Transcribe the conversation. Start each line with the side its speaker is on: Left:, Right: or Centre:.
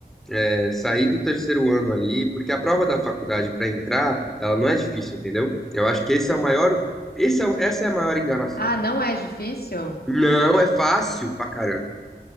Centre: é, sair do terceiro ano ali, porque a prova da faculdade para entrar, ela não é difícil, entendeu? Eu acho que esse é o maior, esse é, o- essa é a maior enganação.
Left: Ah, não é difícil?
Centre: Não é fácil pra caramba.